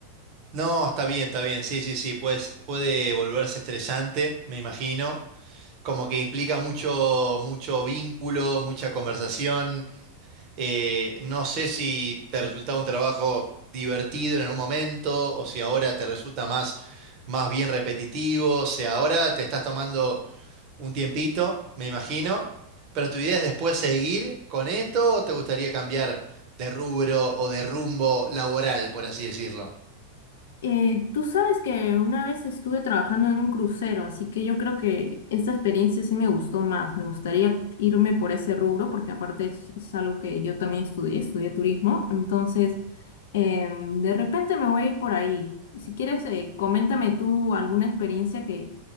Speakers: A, on the right; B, on the left.
A: No, está bien, está bien. Sí, sí, sí. Pues puede volverse estresante, me imagino. Como que implica mucho, mucho vínculo, mucha conversación. Eh, no sé si te resultaba un trabajo divertido en algún momento o si ahora te resulta más, más bien repetitivo. O sea, ahora te estás tomando un tiempito, me imagino. Pero tu idea es después seguir con esto o te gustaría cambiar de rubro o de rumbo laboral, por así decirlo.
B: Eh, tú sabes que una vez estuve trabajando en un crucero, así que yo creo que esta experiencia sí me gustó más. Me gustaría irme por ese rubro, porque aparte es, es algo que yo también estudié, estudié turismo. Entonces, em, de repente me voy a ir por ahí. Y Si quieres, eh, coméntame tú alguna experiencia que,